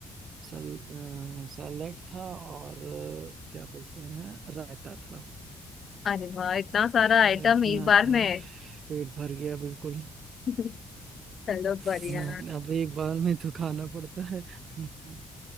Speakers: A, on the right; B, on the left.
A: सल सैलेड था और क्या बोलते हैं रायता था
B: अरे वाह इतना सारा
A: हाँ,
B: आइटम
A: इतना
B: एक बार
A: था
B: में
A: पेट भर गया बिल्कुल
B: <laughs> चलो
A: हम्म,
B: बढ़िया
A: अब एक बार में तो खाना पड़ता है हाँ,